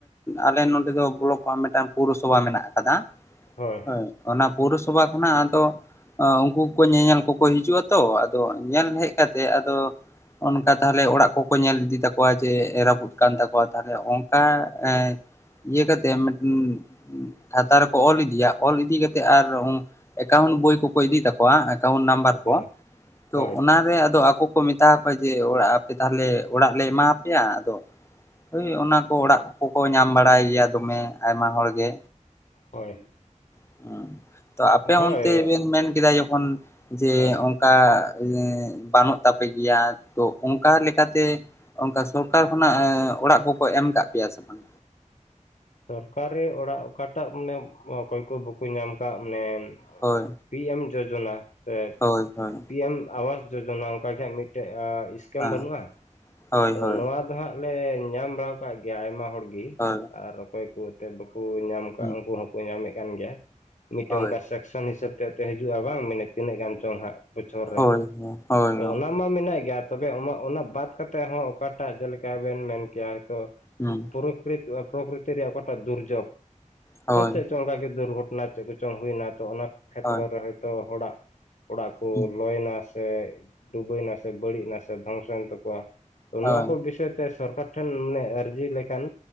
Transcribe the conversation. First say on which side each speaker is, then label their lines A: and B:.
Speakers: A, on the left (about 20°); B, on the left (about 65°).
A: ᱟᱞᱮ ᱱᱚᱰᱮ ᱫᱚ ᱵᱞᱚᱠ ᱠᱷᱚᱱ ᱢᱤᱫᱴᱟᱝ ᱯᱳᱨᱚᱥᱚᱵᱷᱟ ᱢᱮᱱᱟᱜ ᱟᱠᱟᱫᱟ᱾
B: ᱦᱚᱭ᱾
A: ᱦᱳᱭ ᱚᱱᱟ ᱯᱳᱨᱚᱥᱚᱵᱷᱟ ᱠᱷᱚᱱᱟᱜ ᱟᱫᱚ ᱟᱹ ᱩᱝᱠᱩ ᱧᱮᱧᱮᱞ ᱠᱚᱠᱚ ᱦᱤᱡᱩᱜᱼᱟ ᱛᱚ ᱟᱫᱚ ᱧᱮᱞ ᱦᱮᱜ ᱠᱟᱛᱮ ᱟᱫᱚ ᱚᱱᱠᱟ ᱛᱟᱦᱞᱮ ᱚᱲᱟᱜ ᱠᱚ ᱠᱚ ᱧᱮᱞ ᱤᱫᱤ ᱛᱟᱠᱚᱣᱟ ᱡᱮ ᱨᱟᱹᱯᱩᱫ ᱠᱟᱱ ᱛᱟᱠᱚᱣᱟ ᱛᱟᱦᱞᱮ ᱚᱝᱠᱟ ᱮᱸ ᱤᱭᱟᱹ ᱠᱟᱛᱮᱜ ᱢᱤᱫᱴᱮᱱ ᱠᱷᱟᱛᱟ ᱨᱮᱠᱚ ᱚᱞ ᱤᱫᱤᱭᱟ ᱚᱞ ᱤᱫᱤ ᱠᱟᱛᱮᱜ ᱟᱨ ᱮᱠᱟᱣᱩᱱᱴ ᱵᱳᱭ ᱠᱚᱠᱚ ᱤᱫᱤ ᱛᱟᱠᱚᱣᱟ, ᱮᱠᱟᱣᱩᱴ ᱱᱟᱢᱵᱟᱨ᱾ ᱠᱚᱣᱟ,
B: ᱦᱳᱭ
A: ᱛᱚ
B: ᱦᱳᱭ
A: ᱚᱱᱟᱨᱮ ᱟᱫᱚ ᱟᱠᱚ ᱠᱚ ᱢᱮᱛᱟ ᱠᱚᱣᱟ ᱡᱮ ᱚᱲᱟᱜ ᱟᱯᱮ ᱫᱚ ᱛᱟᱦᱟᱞᱮ ᱚᱲᱟᱜ ᱞᱮ ᱮᱢᱟᱣ ᱯᱮᱭᱟ ᱟᱫᱚ ᱳᱭ ᱚᱱᱟ ᱠᱚ ᱚᱲᱟᱜ ᱠᱚᱠᱚ ᱧᱟᱢ ᱵᱟᱲᱟᱭ ᱜᱮᱭᱟ, ᱫᱚᱢᱮ ᱟᱭᱢᱟ ᱦᱚᱲ ᱜᱮ᱾
B: ᱦᱚᱭ᱾
A: <unintelligible> ᱛᱚ ᱟᱯᱮ
B: ᱦᱳᱭ
A: ᱚᱱᱛᱮ ᱵᱤᱱ ᱢᱮᱱ ᱠᱮᱫᱟ ᱡᱚᱠᱷᱚᱱ ᱡᱮ
B: ᱦᱮᱸ
A: ᱚᱱ ᱠᱟ <unintelligible> ᱵᱟᱹᱱᱩᱜ ᱛᱟᱯᱮ ᱜᱮᱭᱟ ᱛᱚ ᱚᱱᱠᱟ ᱞᱮᱠᱟᱛᱮ ᱚᱝᱠᱟ ᱥᱚᱨᱠᱟᱨ ᱠᱷᱚᱱᱟᱜ ᱟᱹ ᱚᱲᱟᱜ ᱠᱚᱠᱚ ᱮᱢ ᱠᱟᱜ ᱯᱮᱭᱟ ᱥᱮ ᱵᱟᱝ?
B: ᱥᱚᱨᱠᱟᱨᱤ ᱚᱲᱟᱜ ᱚᱠᱟᱴᱟᱜ ᱢᱟᱱᱮ ᱚᱠᱚᱭ ᱠᱚ ᱵᱟᱠᱩ ᱧᱟᱢ ᱠᱟᱜ ᱱᱮ
A: ᱦᱳᱭ
B: ᱯᱤ ᱮᱢ ᱡᱳᱡᱚᱱᱟ ᱥᱮ
A: ᱦᱳᱭ ᱦᱳᱭ
B: ᱯᱤ ᱮᱢ ᱟᱣᱟᱥ ᱡᱳᱡᱚᱱᱟ ᱚᱱᱠᱟ ᱜᱮ ᱦᱟᱸᱜ ᱢᱤᱫᱴᱮᱡ ᱟ ᱤᱥ ᱠᱮᱢ
A: ᱦᱮᱸ
B: ᱵᱟᱹᱱᱩᱜᱼᱟ᱾
A: ᱦᱳᱭ
B: ᱛᱚ
A: ᱦᱳᱭ
B: ᱱᱚᱣᱟ ᱫᱚ ᱦᱟᱸᱜ ᱞᱮ ᱧᱟᱢ ᱵᱟᱲᱟᱣ ᱠᱟᱜ ᱜᱮᱭᱟ, ᱟᱭᱢᱟ ᱦᱚᱲᱜᱤ
A: ᱦᱳᱭ
B: ᱟᱨ ᱚᱠᱚᱭ ᱠᱚ ᱛᱮ ᱵᱟᱠᱩ ᱧᱟᱢ ᱠᱟᱜ
A: ᱦᱩᱸ
B: ᱩᱝᱠᱩ ᱦᱚᱸᱠᱚ ᱧᱟᱢᱮᱜ ᱠᱟᱱ ᱜᱮᱭᱟ ᱢᱤᱫᱴᱮᱱ
A: ᱦᱳᱭ
B: ᱚᱝᱠᱟ ᱥᱮ ᱥᱚᱱ ᱦᱤᱥᱟᱹᱵ ᱛᱮ-ᱛᱮ ᱦᱤᱡᱩᱜᱼᱟ ᱵᱟᱝ ᱢᱮᱱᱮᱜ ᱛᱤᱱᱟᱹᱜ ᱜᱟᱱ ᱪᱚᱝ ᱦᱟᱸᱜ᱾ ᱵᱚᱪᱷᱚᱨ ᱨᱮ,
A: ᱦᱳᱭ ᱦᱳᱭ
B: ᱛᱚ
A: ᱦᱩᱸ
B: ᱚᱱᱟ ᱢᱟ ᱢᱮᱱᱟᱜ ᱜᱮᱭᱟ, ᱛᱚᱵᱮ ᱚᱱᱟ-ᱚᱱᱟ-ᱚᱱᱟ ᱵᱟᱫ ᱛᱮ ᱦᱚᱸ ᱚᱠᱟᱴᱟᱜ ᱡᱮᱞᱮᱠᱟ ᱵᱮᱱ ᱢᱮᱱ ᱠᱮᱭᱟ ᱛᱚ
A: ᱦᱩᱸ
B: ᱯᱩᱨᱟᱹᱯᱩᱨᱤ ᱯᱨᱚᱠᱨᱤᱛᱤ ᱨᱮᱭᱟᱜ ᱚᱠᱟᱴᱟᱜ ᱫᱩᱨᱡᱜᱽ
A: ᱦᱳᱭ
B: ᱥᱮ ᱪᱮᱫ ᱪᱚᱝ ᱚᱱᱠᱟᱜᱮ ᱫᱩᱨᱜᱷᱚᱴᱚᱱᱟ ᱪᱮᱫ ᱠᱚᱪᱚᱝ ᱦᱩᱭᱱᱟ ᱛᱚ ᱚᱱᱟ ᱠᱷᱮᱛᱨᱚ
A: ᱦᱳᱭ
B: ᱨᱮ ᱦᱚᱳᱭᱛᱳ ᱦᱚᱲᱟᱜ ᱚᱲᱟᱜ ᱠᱩ
A: ᱦᱩᱸ
B: ᱞᱚᱭᱱᱟ᱾ ᱥᱮ ᱰᱩᱵᱟᱹᱭ ᱱᱟᱥᱮ, ᱵᱟᱹᱲᱤᱜ ᱱᱟᱥᱮ, ᱫᱷᱚᱝᱥᱚᱭᱮᱱ ᱛᱟᱠᱚᱣᱟ᱾ ᱱᱚᱣᱟ
A: ᱦᱳᱭ
B: ᱠᱚ ᱵᱤᱥᱚᱭ ᱛᱮ ᱥᱚᱨᱠᱟᱨ ᱴᱷᱮᱱ ᱢᱟᱱᱮ ᱟᱹᱨᱡᱤ ᱞᱮᱠᱷᱟᱱ